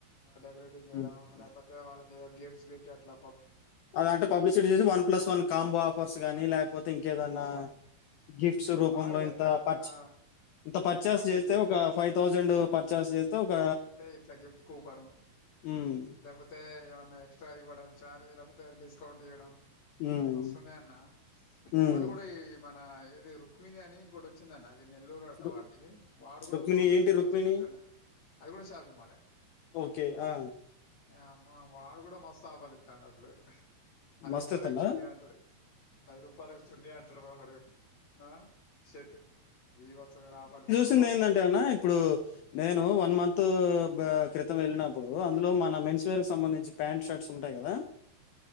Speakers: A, on the left; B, on the left.
A: డెకరేటివ్ చేయడం
B: హ్మ్.
A: లేక్పోతే వాళ్ళు ఏదో గేమ్స్ బెట్టి అట్ల
B: అలా అంటే పబ్లిసిటీ చేసి one plus one combo offers కానీ లేకపోతే ఇంకేదన్నా
A: ఆ
B: గిఫ్ట్స్ రూపంలో
A: బాగా చేస్తారు
B: ఇంత పచ్
A: ఆ
B: ఇంత పర్చేస్
A: పర్చేజ్
B: జేస్తే
A: చేస్తతే
B: ఒక పర్చేస్ జేస్తే ఒక
A: ఇట్లా గిఫ్ట్ కూపను
B: హ్మ్.
A: లేకపోతే ఏమన్నా ఎక్స్ట్రా ఇవ్వడం చార్జ్ లేకపోతే డిస్ స్కౌంట్ ఇయ్యడం
B: హ్మ్.
A: మస్సున్నయన్నా
B: హ్మ్.
A: ఇంకోటి కూడా ఈ మన ఏది రుక్మిణి అని ఇంకోటొచ్చిందన్న ఇది నెల్లూరుట
B: రు
A: వాడిది వాడు కూడ
B: రుక్మిణి
A: మాస్
B: ఏంటి
A: వీబచ్చంగ
B: 'రుక్మిణి'?
A: ఇత్తాండే అది గూడ షాపింగ్మాలే
B: ఓకే ఆ
A: ఏ అమ్మా వాడు కూడా మస్తు ఆపర్లిత్తాండ అప్పుడు పది
B: మస్త్
A: రూపాలే
B: ఇతనా?
A: యి చున్నీ అంటడే పది రూపాయలకి చున్నీ అంటాడు మావాడు ఆ సెట్ భీభత్సమైన ఆఫర్లు
B: త్
A: వాడు
B: ఏందంటే అన్నా ఇప్పుడు నే నువు వన్ మంతు బా క్రితం ఎళ్ళినప్పుడు అందులో మనం మెన్ చుయల్ సంబంధించి ప్యాంట్షర్ట్స్ ఉంటాయి కదా